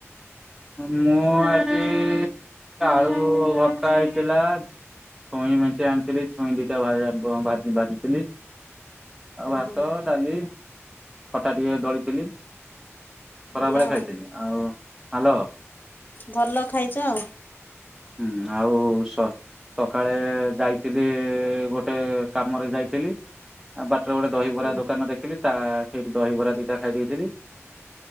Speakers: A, in the centre; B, on the left (about 40°).
A: ମୁଁ ଆଜି ଆଳୁ ଭ ଭର୍ତା ହେଇଥିଲା ଛୁଇଁ ମେଞ୍ଚେ ଆଣିଥିଲି ଛୁଇଁ ଦିଇଟା ଭା ଏ ବ ବାଜି ବାଜିଥିଲି। ଆଉ
B: ହୁଁ
A: ଭାତ,
B: ହୁଁ
A: ଡାଲି, ଖଟା ଟିକେ ଡଳିଥିଲି। ଖରାବେଳେ
B: ଭଲ ଆଉ
A: ଖାଇଥିଲି। ଆଉ ହ୍ୟାଲୋ
B: ଭଲ ଖାଇଚ ଆଉ।
A: ହୁଁ ଆଉ ସ ସଖାଳେ ଯାଇଥିଲି ଗୋଟେ କାମରେ ଯାଇଥିଲି ଆ ବାଟରେ ଗୋଟେ ଦହିିବରା
B: ହୁଁ
A: ଦୋକାନ ଦେଖିଲି ତା ସେଇଠି ଦହିବରା ଦିଇଟା ଖାଇ ଦେଇଥିଲି।